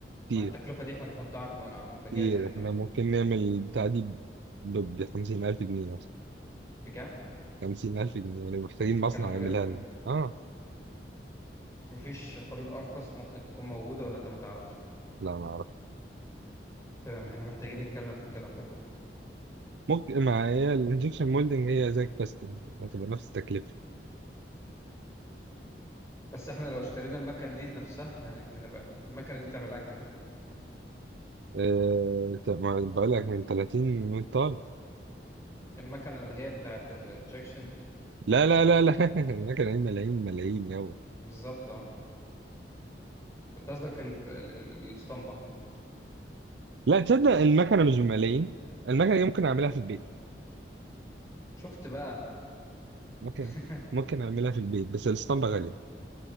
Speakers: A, on the right (about 80°); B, on the left (about 15°).
A: كتير
B: ما التكلفة دي احنا بنحطها على الم- على المنتجات
A: كتير
B: انت فاهم
A: احنا ممكن نعمل البتاعه دي ب 50000 جنيه مثلا
B: بكام
A: 50000 جنيه يعني محتاجين
B: تتكلم
A: مصنع
B: بجد
A: يعملها لنا اه
B: مفيش حلول ارخص ممكن تكون موجودة ولا انت ما تعرفش
A: لا ما اعرف
B: تمام احنا محتاجين نتكلم في الكلام ده كله
A: ممكن ما هي الانجكشن مولدنج هي زي الكاستنج هتبقى نفس التكلفه
B: بس احنا لو اشترينا المكنة دي نفسها احنا هنتكلم بقى المكنة دي تعمل لها كام
A: أه... طب ما بقول لك من 30 وانت طالع
B: المكنة اللي هي بتاعت الانجكشن دي
A: لا لا لا لا <laughs> هناك ملايين ملايين ملايين يابا
B: بالظبط اه بتصدق الاسطمبة
A: لا تصدق المكنه مش بملايين المكنه دي ممكن اعملها في البيت
B: شفت بقى
A: ممكن
B: <laughs>
A: ممكن اعملها في البيت بس الاسطمبه غاليه